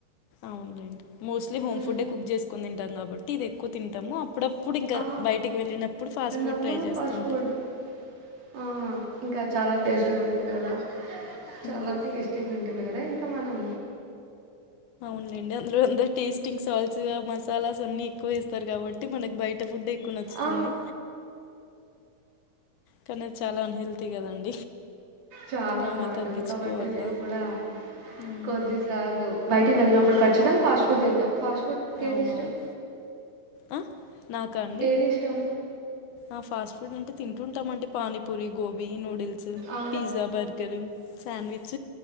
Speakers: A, on the left (about 80°); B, on the right (about 85°).
A: అవునులేండి మోస్ట్లీ హోమ్
B: ఉమ్.
A: ఫుడ్డే కుక్ చేసుకుని తంటాం కాబట్టి ఇది ఎక్కువ తింటాము. అప్పుడప్పుడు ఇంకా
B: ఆ
A: బయటికి వెళ్ళినప్పుడు ఫాస్ట్
B: ఉన్నప్పుడు
A: ఫుడ్ ట్రై చేస్తూ
B: ఫాస్ట్
A: ఉంటాం.
B: ఫుడ్ ఆ ఇంకా చాలా టేస్టీగా ఉంటుంది, కదా
A: మ్మ్
B: చాలా టేస్టీగా ఉంటుంది కదాంకా మనం
A: అండి అందు అందరు టేస్టింగ్ సాల్ట్స్ గా మసాలాస్ అన్ని ఎక్కువ వేస్తారు కాబట్టి మన బయట ఫుడ్ తకు నచ్చుతుంది
B: ఆ
A: కానీ చాలా అన్హెల్తీ కదండి.
B: చాలా
A: మనమే
B: బాగుంటుంది
A: తగ్గించుకోవాల
B: కాబట్టి నేను కూడా
A: మ్మ్.
B: కొద్ది సార్లు బయటికి వెళ్ళినప్పుడు ఖచ్చితంగా ఫాస్ట్ ఫుడ్ తింటాం. ఫాస్ట్ ఫుడ్ ఏదిష్టం
A: అవునవును ఆ? నాకా అండి
B: ఏది ఇష్టం
A: ఆ ఫాస్ట్ ఫుడ్ అంటే తింటుంటాం అండి పానీపూరి, గోబీ నూడిల్స్
B: ఆ
A: పిజ్జా, బర్గర్, స్యాండ్విచ్